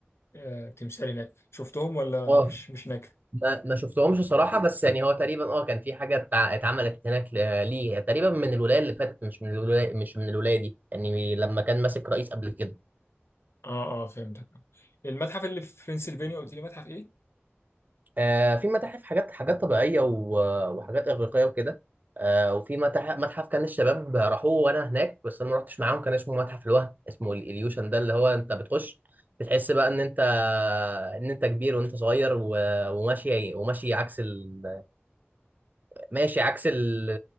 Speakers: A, on the left; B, on the right.
A: آه، تمثال هناك شفتهم ولا
B: اه
A: مش مش هناك؟
B: ما ما شفتهمش صراحة بس يعني هو تقريبا اه كان في حاجة اتع- اتعملت هناك ل- ليه تقريبا من الولاية اللي فاتت مش من الولاية مش من الولاية دي يعني لما كان ماسك رئيس قبل كده
A: اه اه فهمتك المتحف اللي في بنسلفانيا قلت لي متحف ايه؟
B: آه، في متاحف حاجات حاجات طبيعية و- وحاجات إغريقية وكده آه، وفي متاحف متحف كان الشباب راحوه وأنا هناك بس أنا ما رحتش معاهم كان اسمه متحف الوهم اسمه الإليوشن ده اللي هو أنت بتخش بتحس بقى إن أنت إن أنت كبير وأنت صغير و- وماشي وماشي عكس ال... ماشي عكس ال...